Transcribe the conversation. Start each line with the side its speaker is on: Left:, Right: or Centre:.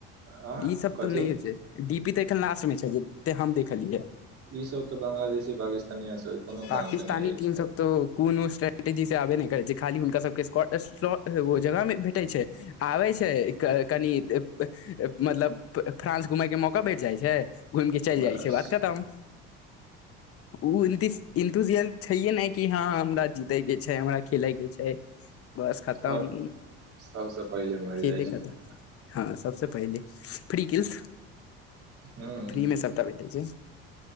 Right: आ
Left: ई सब
Right: कथी
Left: तऽ नहिए छै डी पी तऽ एखन लास्ट मे छै जते हम देखलियै
Right: ई सब तो बांग्लादेशी पाकिस्तानी सब कोनो
Left: पाकिस्तानी
Right: काम के नहि अइछ
Left: टीम सब तो कोनो स्ट्रेटेजी से आबे नहि करे छै खाली हुनका सबके स्ट्रग जगह मे भेटै छै आबे छै कनि मतलब फ्रांस घूमेय के मौका भेट जाइ छै घूम के चलि
Right: बस
Left: जाइ छै बात खतम ओ इनतीस इन्तुजियल छैये ने कि हँ हमरा जीते के छै हमरा खेलके छै बस खतम
Right: तऽ सबसँ पहिले मरि
Left: खेले
Right: जाइ
Left: खतम
Right: छै
Left: हँ सबसँ पहिले फ्रिकीलस
Right: हूँ
Left: फ्री मे सभटा भेटै छै